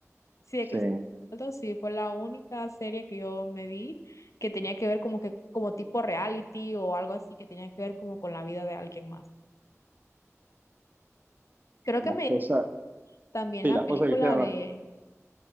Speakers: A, on the left (about 70°); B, on the right (about 35°).
A: Sí, de
B: sí,
A: Cristiano Ronaldo, sí, fue la única serie que yo me vi que tenía que ver como que como tipo reality o algo así que tenía que ver como con la vida de alguien más. Creo
B: la
A: que me
B: esposa,
A: también
B: sí,
A: la
B: la esposa
A: película
B: de Cristiano,
A: de